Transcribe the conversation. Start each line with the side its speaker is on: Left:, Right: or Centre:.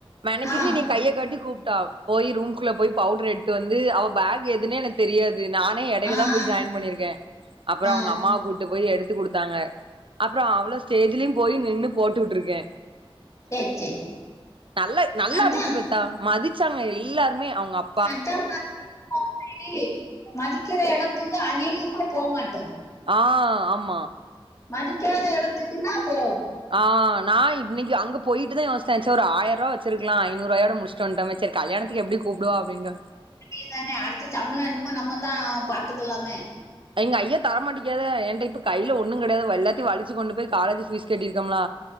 Right: மெனக்கட்டு
Left: ஆ
Right: கைய காட்டி கூப்ட்டா போய் ரூம் குள்ள போய் பவுடர் எட்டு வந்து அவ பேக் எதுனே எனக்கு தெரியாது நா நா இடைல
Left: ஆ
Right: தா போய்
Left: ஆ
Right: ஜாயின் பண்ணிருக்கே அப்றம்
Left: ஆ.
Right: அவங்க அம்மாவ கூட் கூட்டு போய் எடுத்து குடுத்தாங்க அப்றோ அவ்ளோ ஸ்டேஜ்லயு போய் நின்னு போட்டு விட்ருக்கே
Left: சரி சரி
Right: நல்ல நல்லா
Left: அதான்
Right: இருந்ச்சு பெத்தா மதிச்சாங்க எல்லாருமே அவங்க அப்
Left: அத்தமா கேப்பாஙக மதிக்கிற இடத்துக்கு அதிகமா போமாட்டே
Right: ஆ ஆமா
Left: மதிக்காத எடத்துக்குனா போ
Right: ஆ நா இன்னைக்கு அங்க போயிட்டுதா யோசிச்ச ச ஒரு ஆயருவ வச்சிருக்கலா ஐநூறுவாயோட முடிச்ட்டு வந்டோமே செரி கல்யணத்துக்கு எப்டி கூப்டுவா அப்படின் தா
Left: அ தானே அடுத்த சம்பள எடுக்குபோது நம்ம தா பாத்துக்கலாமே
Right: எங்க ஐயா தரமாட்டேங்கறாரே ஏன்ட்ட இப்ப கைல ஒன்னு கெடையாது எல்லாத்தியு வளிச்சு கொண்டு போய் காலேஜ் ஃபீஸ் கட்டிருக்கோம்ல